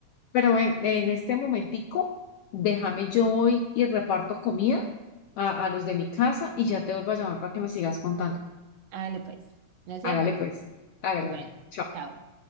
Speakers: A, on the left; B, on the right.
A: Pero en, en este momentico, déjame yo hoy y reparto comida a, a los de mi casa y ya te vuelvo a llamar para que me sigas contando.
B: Hágale pues. No se
A: Hágale
B: demore.
A: pues, hágale.
B: Bueno,
A: hágale. Chao.
B: chao.